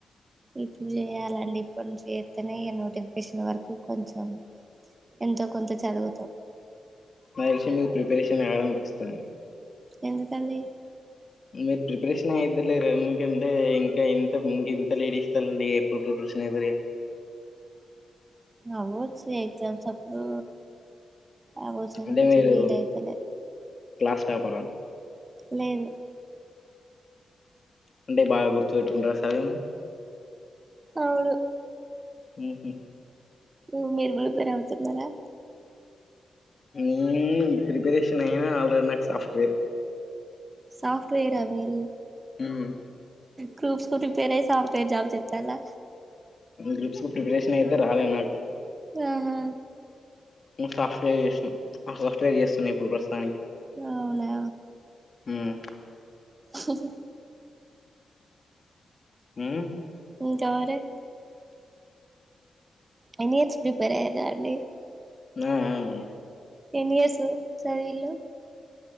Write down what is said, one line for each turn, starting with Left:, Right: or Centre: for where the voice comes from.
Right: ఇప్పుడు చేయాలండి ఇప్పడి నుంచి చేస్తేనే ఈ నోటిఫికేషన్ వరకు కొంచెం ఎంతో కొంత చదువుతా
Left: ఆ విషయం మీకు ప్రిపరేషన్ <unintelligible> అనిపిస్తుంది
Right: ఎందుకండి
Left: మీరు ప్రిపరేషన్ అయిద్దలేరు ఎందుకంటే ఇంకా ఇంత ఇంక ఇంత లేడ్ ఇస్తాలండి ఎప్పుడు ప్రిపరేషన్ అయితారిగ
Right: అవ్వచ్చు ఎగ్జామ్స్ అప్పుడు అవొచ్చు గాని
Left: అంటే
Right: కొంచెం
Left: మీరు
Right: వీల్ అయితలే
Left: క్లాస్ టాపరా
Right: లేదు
Left: అంటే బాగా గుర్తు పెట్టుకుంటారా సదివిన్
Right: అవును
Left: ఊహూ
Right: ఊమ్ మీరు ప్రిపేర్ అవుతున్నారా
Left: ఊమ్ ప్రిపరేషన్ అయినా ఆల్రెడి నాకు సాఫ్ట్వేర్
Right: సాఫ్ట్వేర్ ఆ మీరు
Left: ఊమ్
Right: గ్రూప్స్ కు ప్రిపేర్ సాఫ్ట్వేర్ జాబ్ చెప్పాలా
Left: గ్రూప్స్ కు ప్రిపరేషన్ అయితే రాలే నాకు
Right: ఆహా
Left: నువ్ సాఫ్ట్వేర్ చేసినాం ఆ సాఫ్ట్వేర్ చేస్తున్న ఇప్పుడు ప్రస్తుతానికి
Right: అవునా
Left: ఊమ్
Right: హ్మ్
Left: ఊమ్
Right: ఇంకావరె అనీట్స్ ప్రిపేర్ అయ్యరా అండి
Left: ఆ అ
Right: ఎన్ని ఇయర్స్ చదివిలు